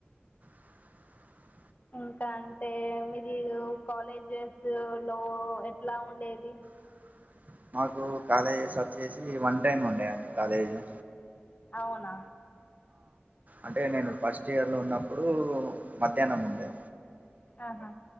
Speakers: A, on the right; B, on the left.
A: <unintelligible>
B: ఇంకా అంటే మీరు కాలేజెస్ లో ఎట్లా ఉండేది
A: <unintelligible> కు కాలేజెస్ వచ్చేసి వన్ టైమ్ ఉండయండి కాలేజీ
B: అవునా
A: అంటే నేను ఫస్ట్ ఇయర్లో ఉన్నప్పుడు మధ్యాహ్నం ఉండే
B: ఆహా